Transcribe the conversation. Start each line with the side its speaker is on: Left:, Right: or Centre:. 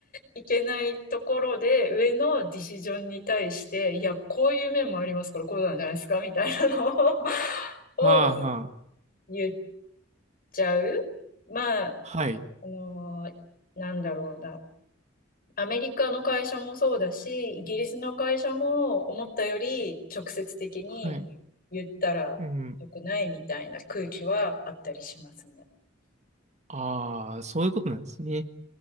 Left: いけないところで、上のディシジョンに対して、いや、こういう面もありますから、こうなんじゃないですかみたいなのを
Right: ははあ。
Left: <laughs> を言っちゃう。まあ、
Right: はい。
Left: あのーなんだろうな。アメリカの会社もそうだし、イギリスの会社も思ったより直接的に言ったら良くないみたいな空気はあったりしますね。
Right: はい。うん。ああ、そういうことなんですね。